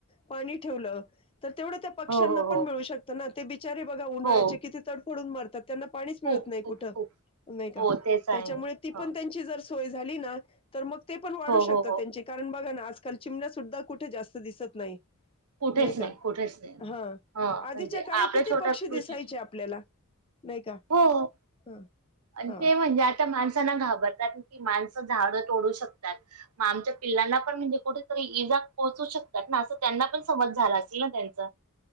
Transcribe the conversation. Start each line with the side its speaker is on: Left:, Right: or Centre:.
Left: पाणी ठेवलं तर तेवढं त्या पक्षांना
Right: हो हो
Left: पण
Right: हो
Left: मिळू शकतं ना ते बिचारे बघा उन्हाळ्याचे
Right: हो
Left: किती तडफडून मारतात त्यांना पाणीच
Right: खूप
Left: मिळत नाही
Right: खूप
Left: कुठ
Right: खूप
Left: नाही का
Right: हो तेच आहे
Left: त्याच्यामुळे ती
Right: हा
Left: पण त्यांची जर सोय झाली ना तर मग ते पण वाढू
Right: हो
Left: शकतात
Right: हो हो
Left: त्यांचे कारण बघा ना आजकाल चिमण्या सुद्धा कुठे जास्त दिसत नाही
Right: कुठेच
Left: नाही का
Right: कुठेच नाही
Left: हा
Right: ह
Left: आधीच्या
Right: म्हणजे
Left: काळी
Right: आपल्या
Left: किती
Right: छोट्या
Left: पक्षी
Right: कृतीतून
Left: दिसायचे आपल्याला नाही का?
Right: हो
Left: हा
Right: ते
Left: हा
Right: म्हणजे आ माणसांना घाबरतात की माणसं झाडं तोडू शकतात. मग आमच्या पिल्लांना पण म्हणजे कुठेतरी इजा पोहोचू शकतात ना असं त्यांना पण समज झालं असेल ना त्यांच